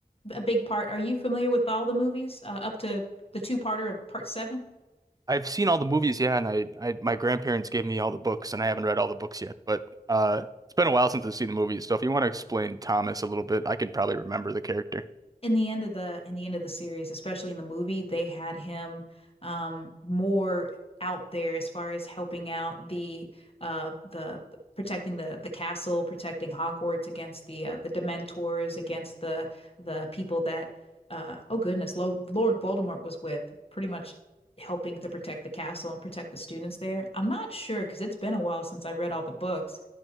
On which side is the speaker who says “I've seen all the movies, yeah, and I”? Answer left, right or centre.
Right